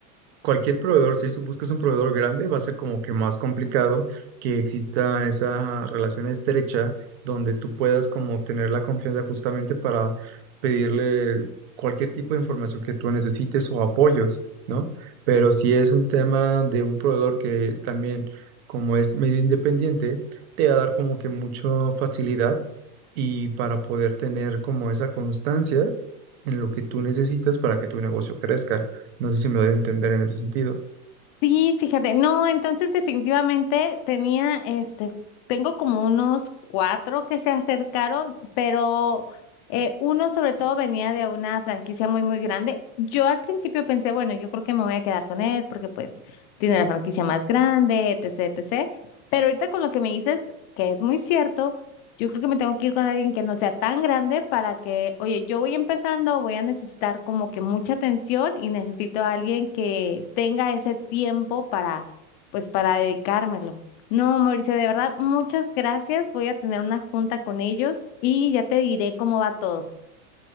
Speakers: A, on the right (about 45°); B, on the left (about 30°).
A: Cualquier proveedor, si su- buscas un proveedor grande, va a ser como que más complicado que exista esa relación estrecha donde tú puedas como tener la confianza justamente para pedirle cualquier tipo de información que tú necesites o apoyos, ¿no? Pero si es un tema de un proveedor que también, como es medio independiente, te va a dar como que mucha facilidad y para poder tener como esa constancia en lo que tú necesitas para que tu negocio crezca. No sé si me doy a entender en ese sentido.
B: Sí, fíjate, no, entonces definitivamente tenía, este, tengo como unos cuatro que se acercaron, pero eh, uno sobre todo venía de una franquicia muy, muy grande. Yo al principio pensé, bueno, yo creo que me voy a quedar con él porque pues tiene la franquicia más grande, etcétera, etcétera. Pero ahorita con lo que me dices, que es muy cierto, yo creo que me tengo que ir con alguien que no sea tan grande para que, oye, yo voy empezando, voy a necesitar como que mucha atención y necesito a alguien que tenga ese tiempo para, pues, para dedicármelo. No, Mauricio, de verdad, muchas gracias. Voy a tener una junta con ellos y ya te diré cómo va todo.